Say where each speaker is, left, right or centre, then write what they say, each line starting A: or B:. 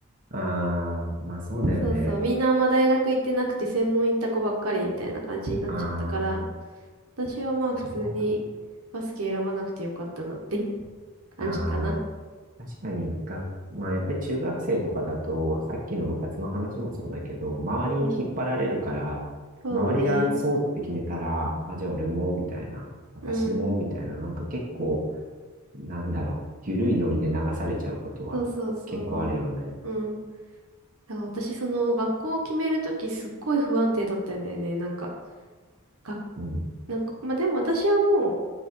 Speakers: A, on the right; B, on the right.
A: あー、まあそうだよね。
B: そうそう、みんなあんま大学行ってなくて専門行った子ばっかりみたいな感じになっちゃったから。
A: あー、
B: 私はまあ普通に
A: それは、
B: バスケ選ばなくてよかったのっていう <laughs> 感じかな。
A: あー、確かにが、まあやっぱり中学生とかだと、さっきの部活の話もそうだけど、周りに引っ張られるから、
B: うん、そうだね。
A: 周りがそうって決めたら、あ、じゃあ俺も、みたいな、私も、
B: うん、
A: みたいな、なんか結構、なんだろう、緩いノリで流されちゃうことは結構あるよね。
B: そうそうそう。うん。だから私その学校を決めるときすっごい不安定だったんだよね。なんか、が、
A: うん、
B: なんか、まあでも私はもう